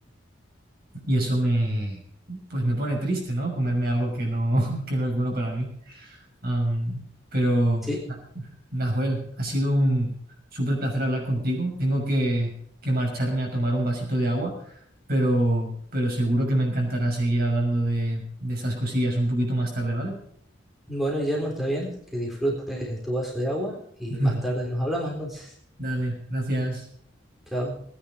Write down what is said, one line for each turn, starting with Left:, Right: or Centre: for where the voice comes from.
Right: y eso me, pues me pone triste, ¿no? Comerme algo que no, <laughs> que no es bueno para mí. Am, pero,
Centre: Sí,
Right: Na- Nahuel, ha sido un súper placer hablar contigo. Tengo que, que marcharme a tomar un vasito de agua, pero, pero seguro que me encantará seguir hablando de, de estas cosillas un poquito más tarde, ¿vale?
Centre: bueno, Guillermo, está bien, que disfrutes tu vaso de agua y
Right: <laughs>
Centre: más tarde nos hablamos entonces.
Right: Dale, gracias.
Centre: Chao.